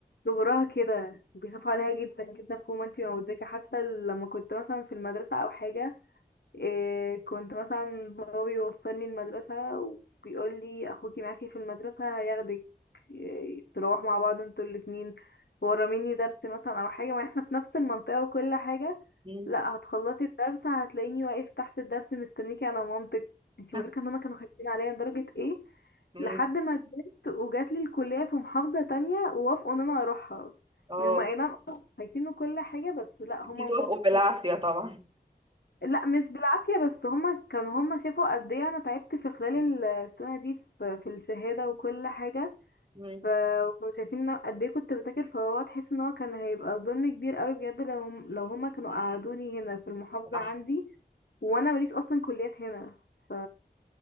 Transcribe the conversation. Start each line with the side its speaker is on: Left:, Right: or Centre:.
Left: صغرها كده بيخافوا عليها جدا جدا فوق ما انتي ما مدركه حتى لما كنت مثلا في المدرسه او حاجه إيه كنت مثلا بابا بيوصلني المدرسة وبيقول لي أخوكي معاكي في المدرسة هياخدك إيه تروح مع بعض انتوا الاتنين وراميني درس مثلا أو حاجة ما احنا في نفس المنطقة وكل حاجة
Right: مم.
Left: لا هتخلصي الدرس هتلاقيني واقف تحت الدرس مستنيكي أنا ومامتك انتي
Right: <laughs>
Left: مدركة ان هما كانوا خايفين عليا لدرجة ايه
Right: مم.
Left: لحد ما كبرت وجات لي الكلية في محافظة تانية ووافقوا ان انا اروحها
Right: اه
Left: ان هما اي نعم خايفين وكل حاجة بس لا
Right: اكيد
Left: هما موافقين
Right: وافقوا بالعافية طبعا
Left: لا مش بالعافية بس هما كان هما شافوا قد ايه انا تعبت في خلال
Right: <laughs>
Left: السنة دي في, في الشهادة وكل حاجة
Right: مم.
Left: فكانوا شايفين إن أنا قد ايه كنت بذاكر فهو تحس ان هو كان هيبقى ظلم كبير قوي بجد لو هم لو هما كانوا قعدوني هنا في المحافظة
Right: صح
Left: عندي وانا ماليش اصلا كليات هنا ف